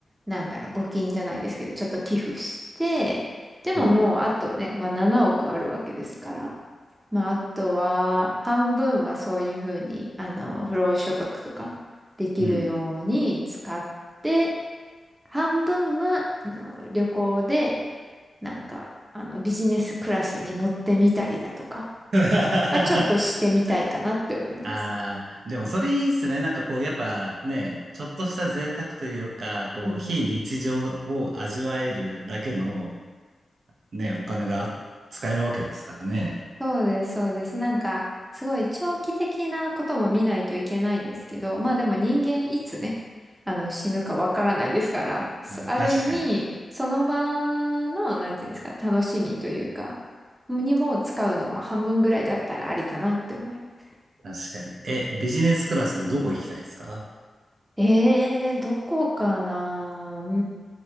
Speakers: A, on the right (about 20°); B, on the right (about 75°).
A: なんだろう、募金じゃないですけど、ちょっと寄付して、でももう、
B: うん。
A: あとね、まあ、7億あるわけですから、まあ、あとは、半分はそういうふうに、あの、不労所得とか、できるように使って、
B: うん。
A: 半分は、あの、旅行で、なんか、あの、ビジネスクラスに乗ってみたりだとか、
B: <laughs>
A: まあ、ちょっとしてみたいかなって思います。
B: ああ、でもそれいいっすね。なんかこう、やっぱね、ちょっとした贅沢というか、こう、
A: うん。
B: 非日常を味わえるだけのね、お金が使えるわけですからね。
A: そうです、そうです。なんか、すごい長期的なことも見ないといけないんですけど、まあでも人間いつね、あの死ぬかわからないですから、そある意味、
B: うん確かに。
A: その場の、なんていうんですか、楽しみというか、にも使うのも半分ぐらいだったらありかなって思います。
B: 確かに。え、ビジネスクラスでどこ行きたいですか
A: ええどこかなうー